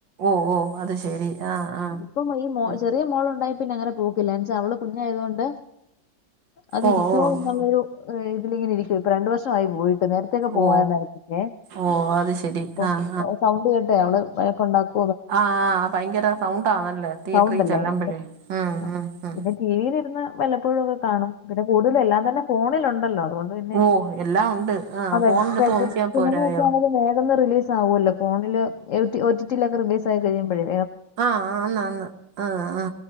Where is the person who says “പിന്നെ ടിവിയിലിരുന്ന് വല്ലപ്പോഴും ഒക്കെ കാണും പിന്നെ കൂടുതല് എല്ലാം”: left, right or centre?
Left